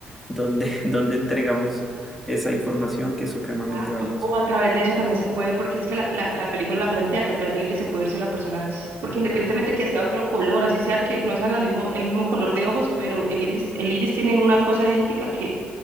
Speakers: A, in the centre; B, on the right.
A: dónde, <laughs> dónde entregamos esa información que es supremamente
B: Exacto.
A: valiosa.
B: O a través de eso también se puede, porque es que la, la, la película la plantea que a través del iris se puede ver si la persona es, porque independientemente que sea otro color, así sea que no sean la mismo, el mismo color de ojos, pero el iris, el iris tiene una cosa idéntica que